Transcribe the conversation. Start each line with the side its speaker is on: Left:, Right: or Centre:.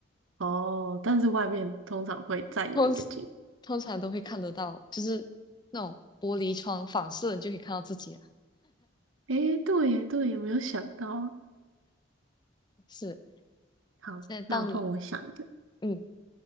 Right: 哦，但是外面通常会再有一个镜。
Left: 通通常都会看得到，就是那种玻璃窗反射，你就可以看到自己了。
Right: 诶，对耶，对耶，没有想到。
Left: 是，
Right: 好，
Left: 现在到你，
Right: 那换我想一个。
Left: 嗯，